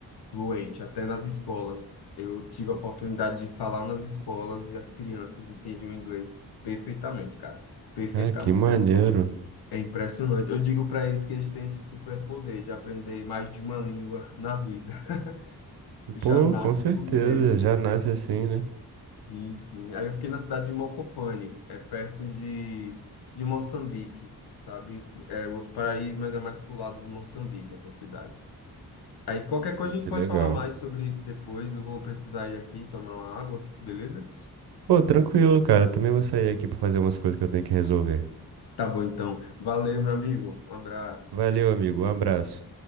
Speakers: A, on the left (about 75°); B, on the right (about 85°).
A: fluente, até nas escolas. Eu tive a oportunidade de falar nas escolas e as crianças entendiam o inglês perfeitamente, cara. Perfeitamente.
B: Ah, que maneiro.
A: É impressionante. Eu digo para eles que eles têm esse superpoder de aprender mais de uma língua na vida. <laughs> Já
B: Pô,
A: nasce
B: com certeza.
A: neles.
B: Já nasce assim, né?
A: Sim, sim. Aí eu fiquei na cidade de Mocopane, é perto de, de Moçambique, sabe? É outro paraíso, mas é mais pro lado de Moçambique, essa cidade. Aí qualquer
B: Pô,
A: coisa a
B: que
A: gente pode
B: legal.
A: falar mais sobre isso depois. Eu vou precisar ir aqui tomar uma água, beleza?
B: Pô, tranquilo, cara. Também vou sair aqui pra fazer umas coisas que eu tenho que resolver.
A: Tá bom, então. Valeu, meu amigo. Um abraço.
B: Valeu, amigo. Um abraço.